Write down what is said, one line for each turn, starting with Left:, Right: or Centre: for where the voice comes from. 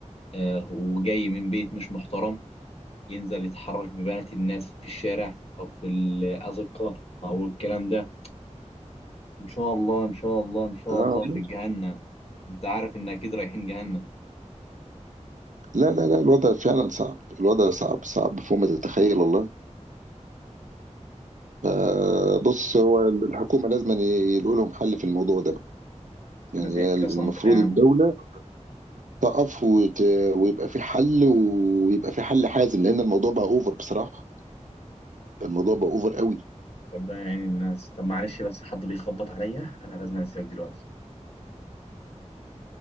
Left: آه، وجاي من بيت مش محترم ينزل يتحرش ببنات الناس في الشارع أو في الأزقة أو الكلام ده إن شاء الله إن شاء الله إن شاء
Right: آه
Left: الله
Right: والله.
Left: في جهنم أنت عارف إن أكيد رايحين جهنم
Right: لا لا لا الوضع فعلا صعب الوضع صعب صعب فوق ما تتخيل والله آه بص هو الحكومة لازم يلاقوا لهم حل في الموضوع ده يعني
Left: أنا زهقت
Right: هي المفروض
Left: قسما بالله يا عم
Right: الدولة تقف وت... ويبقى في حل ويبقى في حل حازم لأن الموضوع بقى أوفر بصراحة الموضوع بقى أوفر قوي
Left: ربنا يعين الناس طب معلش بس حد بيخبط عليا أنا لازم أسيبك دلوقتي